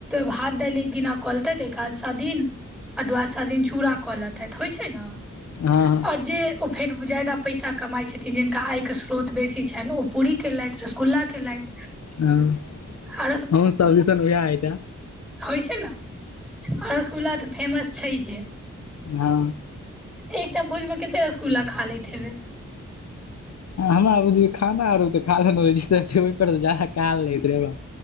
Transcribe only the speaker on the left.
ह
हँ
सजेशन उह ह त
ह
हम खाना आर खहि कऽ रहैरा